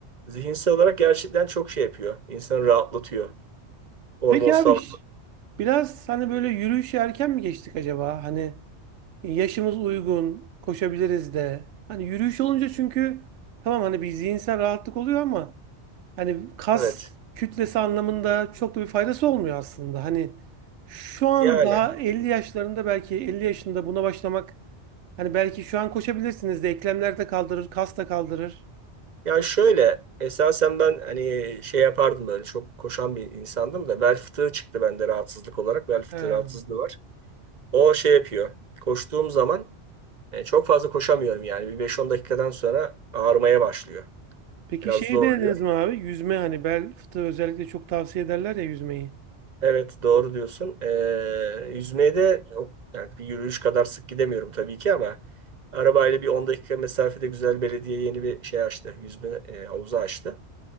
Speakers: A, on the right; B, on the right.
A: Zihinsel olarak gerçekten çok şey yapıyor. İnsanı rahatlatıyor. Hormonsal.
B: Peki abi ş- biraz hani böyle yürüyüşe erken mi geçtik acaba? Hani yaşımız uygun, koşabiliriz de. Hani yürüyüş olunca çünkü tamam hani bir zihinsel rahatlık oluyor ama Hani kas
A: Evet.
B: kütlesi anlamında çok da bir faydası olmuyor aslında. Hani şu an
A: Yani
B: daha 50 yaşlarında belki 50 yaşında buna başlamak hani belki şu an koşabilirsiniz de eklemler de kaldırır, kas da kaldırır.
A: ya şöyle esasen ben hani şey yapardım böyle çok koşan bir insandım da bel fıtığı çıktı bende rahatsızlık olarak. Bel fıtığı
B: He.
A: rahatsızlığı var. O şey yapıyor. Koştuğum zaman e, çok fazla koşamıyorum yani. Bir 5-10 dakikadan sonra ağrımaya başlıyor.
B: Peki
A: Biraz
B: şeyi
A: zorluyor.
B: denediniz mi abi? Yüzme hani bel fıtığı özellikle çok tavsiye ederler ya yüzmeyi.
A: Evet doğru diyorsun. Ee, yüzmeye de o- yani bir yürüyüş kadar sık gidemiyorum tabii ki ama arabayla bir 10 dakika mesafede güzel belediye yeni bir şey açtı. Yüzme e, havuzu açtı.